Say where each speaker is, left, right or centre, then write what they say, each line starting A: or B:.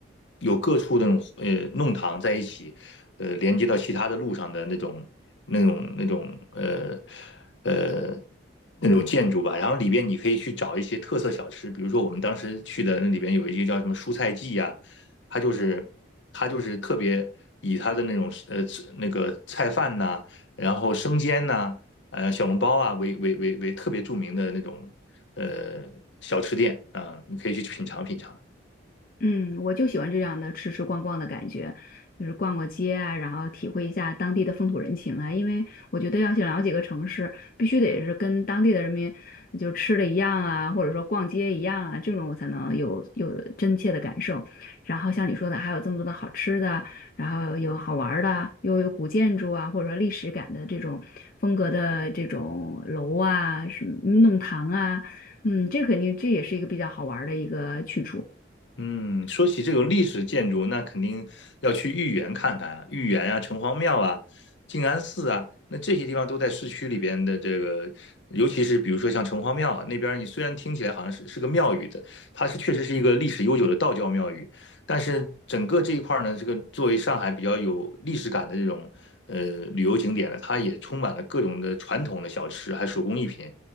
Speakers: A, on the left; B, on the left.
A: 有各处的那种呃弄堂在一起，呃连接到其他的路上的那种那种那种呃呃那种建筑吧。然后里边你可以去找一些特色小吃，比如说我们当时去的那里边有一个叫什么蔬菜记呀、它就是它就是特别以它的那种呃那个菜饭呐、然后生煎呐、呃小笼包啊为为为为特别著名的那种呃小吃店啊，你可以去品尝品尝。
B: 嗯，我就喜欢这样的吃吃逛逛的感觉，就是逛逛街啊，然后体会一下当地的风土人情啊。因为我觉得要想了解一个城市，必须得是跟当地的人民就是吃的一样啊，或者说逛街一样啊，这种我才能有有真切的感受。然后像你说的，还有这么多的好吃的，然后有好玩儿的，又有古建筑啊，或者说历史感的这种风格的这种楼啊，什么弄堂啊，嗯，这肯定这也是一个比较好玩儿的一个去处。
A: 嗯，说起这种历史建筑，那肯定要去豫园看看啊，豫园啊、城隍庙啊、静安寺啊，那这些地方都在市区里边的这个，尤其是比如说像城隍庙啊那边儿你虽然听起来好像是是个庙宇的，它是确实是一个历史悠久的道教庙宇，但是整个这一块儿呢，这个作为上海比较有历史感的这种呃旅游景点呢，它也充满了各种的传统的小吃，还有手工艺品。